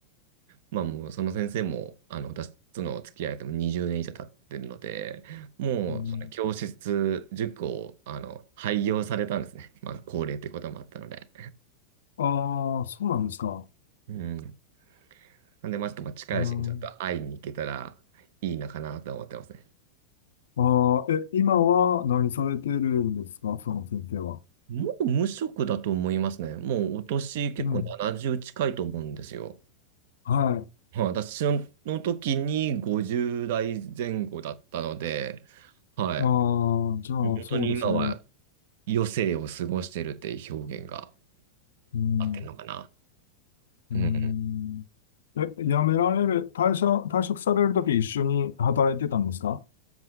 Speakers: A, on the right; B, on the left.
A: まあもうその先生も、あの、私との付き合いとも20年以上経ってるので、もうその教室、
B: うん
A: 塾を、あの、廃業されたんですね。まあ、高齢ってこともあったので。
B: ああ、そうなんですか。
A: うん。なんで、まあちょっとまあ近いうちにちょっと会いに行けたらいいなかなとは思ってますね。
B: うん、ああ、え、今は何されてるんですかその先生は。
A: もう無職だと思いますね。もうお年結構70近いと思うんですよ。
B: うん。はい。
A: はい私の時に50代前後だったので、は
B: ああ、じゃあ、
A: い。<laughs> 本当に今は
B: そうですね。
A: 余生を過ごしてるっていう表現が
B: うん。
A: 合ってるのかな。
B: うん。
A: うん。
B: え、辞められる、退社、退職されるとき一緒に働いてたんですか